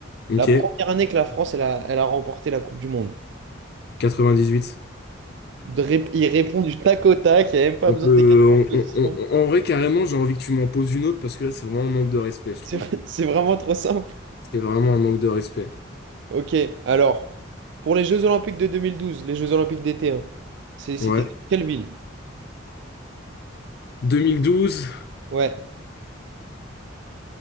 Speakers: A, on the left; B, on the right.
A: Ok.
B: La première année que la France, elle a, elle a remporté la Coupe du Monde.
A: 98.
B: De ré- il répond du tac au tac, il n'y a même pas
A: On
B: besoin
A: peut,
B: des quatre propositions.
A: on- on- on- en vrai, carrément, j'ai envie que tu m'en poses une autre parce que là, c'est vraiment un manque de respect, je trouve.
B: C'est <laughs> c'est vraiment trop simple.
A: C'est vraiment un manque de respect.
B: Ok, alors, pour les Jeux Olympiques de 2012, les Jeux Olympiques d'été, hein, c'est- c'était
A: Ouais.
B: quelle ville?
A: 2012,
B: Ouais,